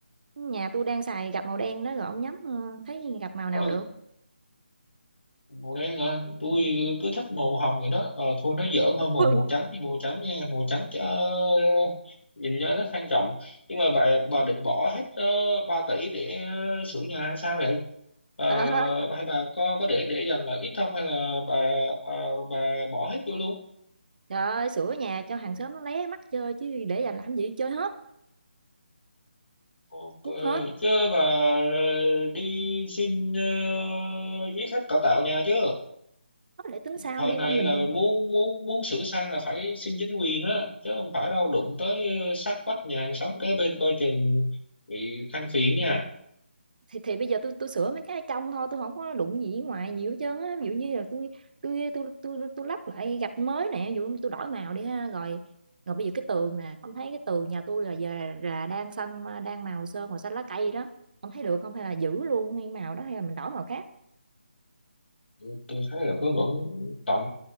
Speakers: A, on the right; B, on the left.
A: nhà tôi đang xài gạch màu đen đó rồi ông nhắm ờ, thấy gạch màu nào
B: ừ,
A: được
B: màu đen à, tôi cứ thích màu hồng vậy đó ờ, thôi nó giỡn thôi màu
A: Ôi,
B: màu trắng thì màu trắng nha màu trắng ờ, nhìn cho nó sang trọng nhưng mà bà bà định bỏ hết uh, 3 tỷ để ờ, sửa nhà hay sao vậy bà
A: trời ơi
B: bà hay bà có có để để dành là ít không hay là bà à, bà bỏ hết vô luôn
A: trời ơi sửa nhà cho hàng xóm nó lé mắt chơi chứ để dành làm gì chơi hết
B: ok
A: quất hết
B: chứ bà ờ, đi xin ờ, giấy phép cải tạo nhà chứ
A: Nói để tính sau
B: thời
A: đi
B: này
A: mà mình
B: là muốn muốn muốn sửa sang là phải xin chính quyền á chứ không phải đâu đụng tới ờ, sát vách nhà hàng xóm kế bên coi chừng bị than phiền nha
A: thì thì bây giờ tôi tôi sửa mấy cái trong thôi tôi không có đụng gì ngoài nhiều hết trơn á ví dụ như là tôi tôi tôi tôi tôi tôi lắp lại gạch mới nè ví dụ tôi đổi màu đi ha rồi rồi bây giờ cái tường nè ông thấy cái tường nhà tôi là giờ là đang xanh đang màu sơn màu xanh lá cây đó ông thấy được không hay là giữ luôn cái màu đó hay là mình đổi màu khác
B: tôi, tôi thấy là cứ vẫn tông